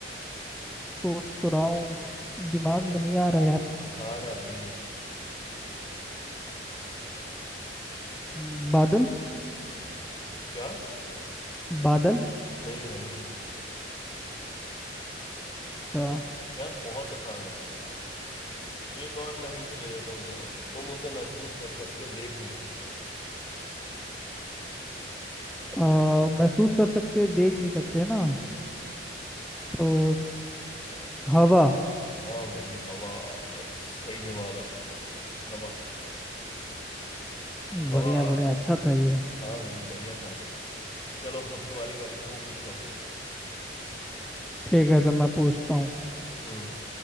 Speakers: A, in the centre; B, on the left (about 25°).
A: सोच तो रहा हूँ दिमाग
B: भाई अ-
A: में नहीं आ रहा यार
B: आसान है भाई ये
A: हम्म, बादल
B: क्या
A: बादल
B: नहीं भाई
A: अच्छा
B: यार बहुत आसान है एक और मैं हिंट दे देता हूँ चलो तुम उसे महसूस कर सकते हो देख नहीं सकते
A: अ, महसूस कर सकते देख नहीं सकते ना
B: हम्म
A: तो हवा
B: हाँ भाई हवा यस सही जवाब है हवा हवा
A: बढ़िया बढ़िया अच्छा था ये
B: हाँ भाई बढ़िया था चलो अब तुम्हारी बारी तुम पूछो
A: ठीक है तो मैं पूछता हूँ
B: हम्म